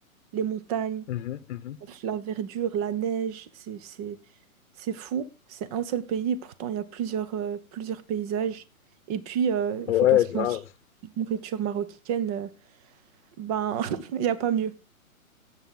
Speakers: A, on the right; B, on the left.
A: les montagnes,
B: Mhm, mhm.
A: la verdure, la neige. C'est, c'est, c'est fou. C'est un seul pays et pourtant il y a plusieurs, euh, plusieurs paysages. Et puis, euh,
B: ouais,
A: il faut pas se
B: grave.
A: mentir, la nourriture marocaine, euh, ben, <laughs> il n'y a pas mieux.